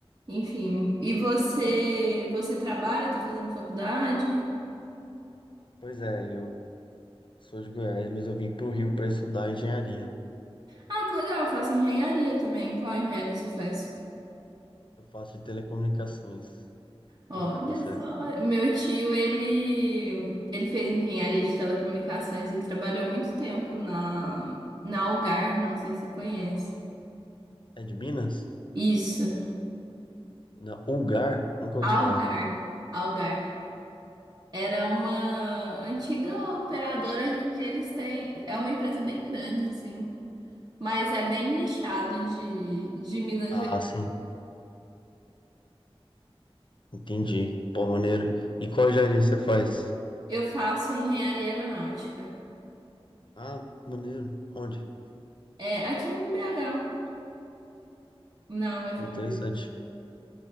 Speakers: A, on the right; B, on the left.
A: enfim. E você, você trabalha, tá fazendo faculdade?
B: Pois é, eu sou de Goiás, mas eu vim pro Rio para estudar engenharia, né?
A: Ah, que legal, eu faço engenharia também. Qual engenharia você faz?
B: Eu faço de telecomunicações.
A: Olha
B: E você?
A: só, meu tio, ele, ele fez engenharia de telecomunicações, ele trabalhou muito tempo na, na Algar, não sei se você conhece.
B: É de Minas?
A: Isso,
B: Na ULGAR? Nunca ouvi
A: Algar,
B: falar.
A: Algar. Era uma antiga operadora, hoje em dia eles têm, é uma empresa bem grande, assim, mas é bem nichado de, de Minas
B: Ah,
A: Gerais.
B: sim, entendi. Pô, maneiro. E qual engenharia você faz?
A: Eu faço engenharia aeronáutica,
B: Ah, maneiro. Onde?
A: é aqui em BH, na UFMG.
B: Pô, interessante.